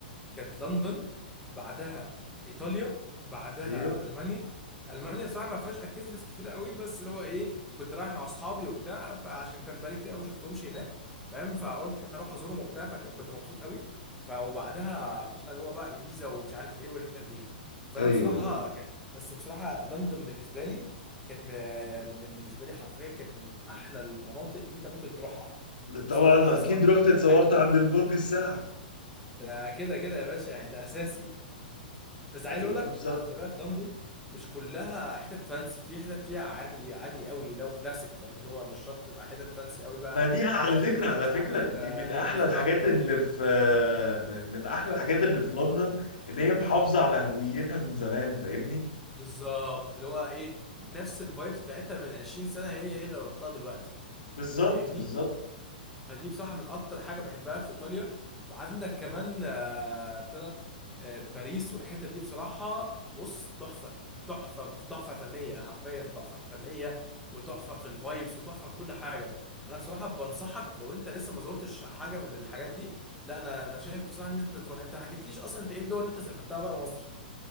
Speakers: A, in the centre; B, on the left.
A: كانت لندن بعدها ايطاليا بعدها
B: ايوه
A: المانيا المانيا بصراحه ما فيهاش اكتيفيتيز كتير قوي بس اللي هو ايه كنت رايح مع اصحابي وبتاع فعشان كان بقالي كتير قوي ما شفتهمش هناك فاهم فقلت اروح ازورهم وبتاع فكنت مبسوط قوي ف وبعدها بتاع اللي هو بقى ايبيزا ومش عارف ايه والحتت دي فانا
B: ايوه
A: بصراحه
B: ايوه
A: كان بس بصراحه لندن بالنسبه لي كانت م- بالنسبه لي حرفيا كانت من احلى المناطق اللي انت ممكن تروحها بصراحه
B: طبعا اكيد
A: سواء بقى
B: رحت اتصورت
A: كاكل
B: عند البرج الساعه
A: ده كده كده يا باشا يعني ده اساسي بس عايز
B: ايوه
A: اقول لك
B: انا بصراحه
A: خلي بالك لندن مش كلها حتت فانسي في حتت فيها عادي عادي قوي لو كلاسيك فاهم اللي هو مش شرط تبقى حتت فانسي قوي بقى
B: ما دي على
A: ولا
B: فكره
A: لابس
B: على
A: مش
B: فكره
A: عارف
B: دي
A: آه،
B: من
A: هيرمس
B: احلى الحاجات
A: بقى والكلام
B: اللي
A: كده
B: في م- من احلى الحاجات اللي في لندن ان هي محافظه على هويتها من زمان فاهمني
A: بالظبط اللي هو ايه نفس الفايبس بتاعتها من 20 سنه هي هي لو رحتها دلوقتي
B: بالظبط
A: فاهمني
B: بالظبط
A: فدي بصراحة من أكتر حاجة بحبها في إيطاليا وعندك كمان آه، ابتدى آه، باريس والحتة دي بصراحة بص تحفة تحفة تحفة فنية حرفيا تحفة فنية وتحفة في الفايبس وتحفة في كل حاجة أنا بصراحة بنصحك لو أنت لسه ما زرتش حاجة من الحاجات دي لا أنا أنا شايف بصراحة إن أنت تروح أنت ما حكيتليش أصلا أنت إيه الدول اللي أنت سافرتها بره مصر